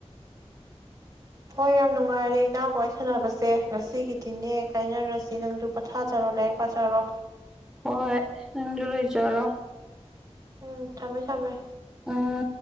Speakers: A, on the right; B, in the centre.
A: ꯍꯣꯏ ꯌꯥꯝ ꯅꯨꯡꯉꯥꯏꯔꯦ ꯏꯅꯥꯎꯀꯋꯥꯏ ꯁꯅꯕꯁꯦ ꯉꯁꯤꯒꯤꯗꯤꯅꯦ ꯀꯥꯏꯅꯔꯁꯤ ꯅꯪꯁꯨ ꯄꯣꯊꯥꯖꯔꯣ ꯂꯥꯏꯔꯤꯛ ꯄꯥꯖꯔꯣ꯫
B: ꯍꯣ - ꯍꯣꯏ ꯅꯪꯖꯨ ꯂꯩꯖꯔꯣ꯫
A: ꯎꯝ꯫ ꯊꯝꯃꯦ- ꯊꯝꯃꯦ꯫
B: ꯎꯝ